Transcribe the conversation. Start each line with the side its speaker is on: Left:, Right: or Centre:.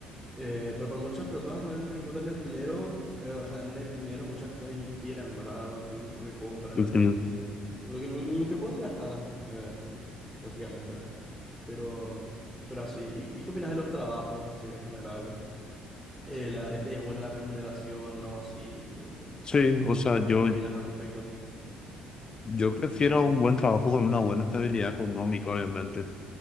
Centre: Eh, pero para muchas personas también encuentran el dinero, eh, o sea, en el dinero muchas cosas que quieran, ¿verdad? Lo, lo que compran,
Left: Ujú.
Centre: lo que, lo que, lo, lo que pueden gastar, ¿no? eh, básicamente. Pero, pero así. ¿Y, y qué opinas de los trabajos, así en general? Eh, la- es, es buena la remuneración? ¿No? Sí, ¿qué, qué,
Left: Sí, o sea,
Centre: qué, qué, qué
Left: yo,
Centre: opinas al respecto?
Left: yo prefiero un buen trabajo con una buena estabilidad económica, obviamente